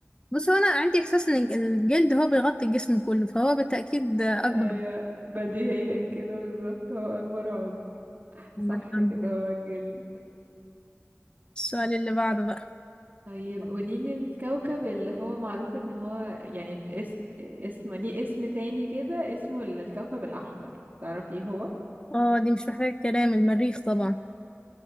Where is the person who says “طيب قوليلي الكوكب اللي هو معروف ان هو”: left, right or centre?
Right